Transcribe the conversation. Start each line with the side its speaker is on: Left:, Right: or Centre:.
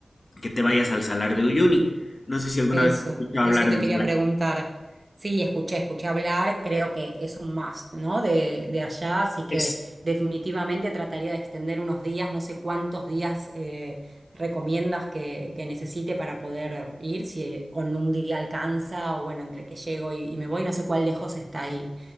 Left: que te vayas al Salar de Uyuni. No sé si alguna
Right: Eso,
Left: vez has escuchado
Right: eso
Left: hablar
Right: te
Left: del
Right: quería preguntar. Sí, escuché, escuché hablar, creo que es un must, ¿no? De, de allá, así que
Left: Salar.
Right: definitivamente trataría de extender unos días, no sé cuántos días eh, recomiendas que, que necesite para poder ir, si con un día alcanza o bueno, entre que llego y, y me voy, no sé cuál lejos está ahí